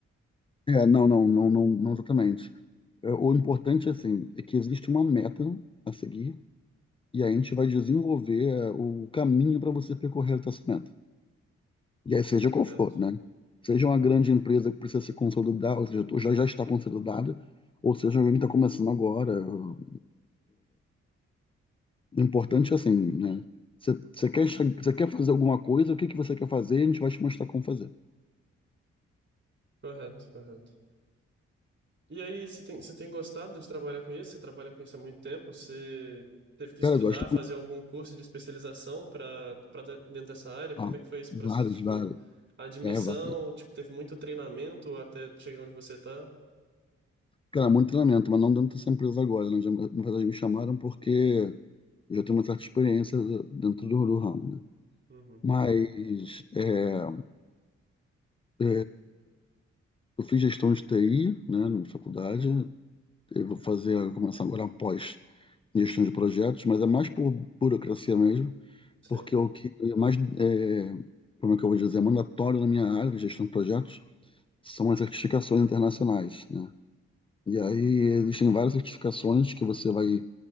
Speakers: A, on the left; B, on the right.
A: É, não, não, não, não, não exatamente. É, O importante, assim, é que existe uma meta a seguir e a gente vai desenvolver é, o caminho para você percorrer essa meta. E aí, seja qual
B: Correto.
A: for, né? Seja uma grande empresa que precisa se consolidar, ou seja, ou já, já está consolidada, ou seja, alguém que está começando agora. O importante é assim, né? Você você quer, che- você quer fazer alguma coisa, o que que você quer fazer, a gente vai te mostrar como fazer.
B: Correto, correto. E aí, você tem, você tem gostado de trabalhar com isso? Você trabalha com isso há muito tempo? Você teve que estudar,
A: Cara, eu gosto.
B: fazer algum curso de especialização para para dentro dessa área? Como
A: Ah,
B: é que foi esse
A: vários,
B: processo, tipo,
A: vários.
B: a admissão,
A: É, vários.
B: tipo, teve muito treinamento até chegar onde você tá?
A: Cara, muito treinamento, mas não dentro dessa empresa agora. Né? Já, na verdade, me chamaram porque Eu já tenho uma certa experiência dentro do, do ramo, né?
B: Uhum,
A: Mas é, é, eu fiz gestão de TI, né, na faculdade. Eu vou fazer, eu vou começar agora após gestão de projetos, mas é mais por burocracia mesmo,
B: sim.
A: porque é o que é mais, é, como é que eu vou dizer, é mandatório na minha área de gestão de projetos são as certificações internacionais, né? E aí existem várias certificações que você vai